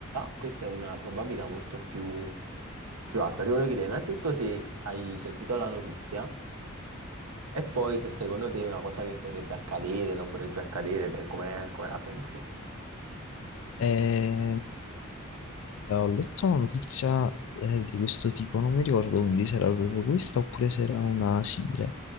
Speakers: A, on the right (about 85°); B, on the left (about 65°).
A: questa è una probabilità molto più, più alta. Ti voglio chiedere innanzitutto se hai sentito la notizia e poi se secondo te è una cosa che potrebbe accadere, non potrebbe accadere, te come come la pensi?
B: Eh, allora, ho letto una notizia eh, di questo tipo, non mi ricordo quindi se era proprio questa oppure se era una simile.